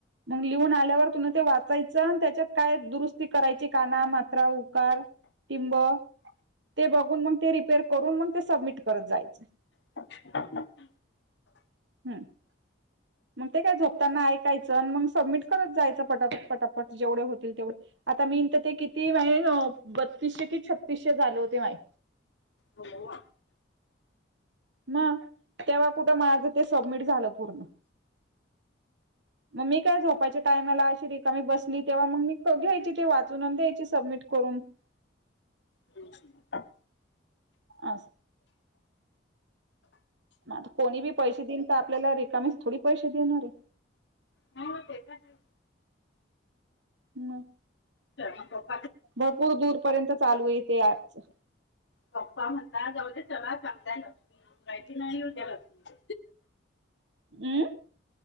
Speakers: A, on the right; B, on the left.
A: लिहून आल्यावर तुन ते वाचायचं, त्याच्यात काय दुरुस्ती करायची काना मात्रा उकार टिम्ब ते बघून मग ते रिपेअर करून, मग ते सबमिट करत जायचं
B: <inaudible>
A: <inaudible> मग ते काय झोपताना ऐकायचं आण मंग सबमिट करत जायचं पटापट, पटापट, जेवढे होतील तेवढे आता मी त ते किती माये बत्तीसशे की छत्तीसशे झाले होते माये
B: हो <inaudible>
A: ना तेव्हा कुठं माझं ते सबमिट झालं पूर्ण म मी काय झोपाच्या टाइमला अशी रिकामी बसली तेव्हा मग मी घ्यायची ते वाचून न द्यायची सबमिट करु हो! <unintelligible>
B: ह् <unintelligible>
A: अस आता कोणी बी पैसे देईन, त आपल्याला रिकामीेस थोडी पैसे देणार आहे
B: नाही व ते त आहे
A: मं!
B: च <unintelligible>
A: भरपूर दूरपर्यंत चालू येते आजच
B: पप्पा म्हणता जाऊ स चांगाय राहि नाहीद्या <unintelligible>
A: ऊ!